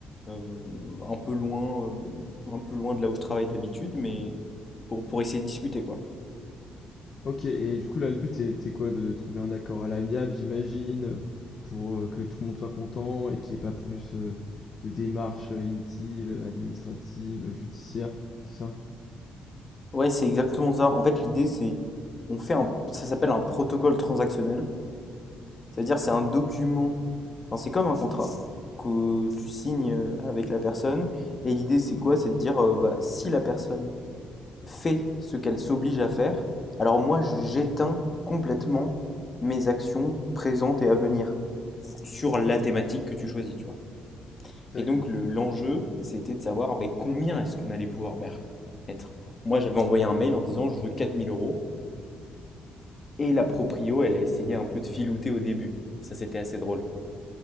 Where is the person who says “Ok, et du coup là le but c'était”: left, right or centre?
Left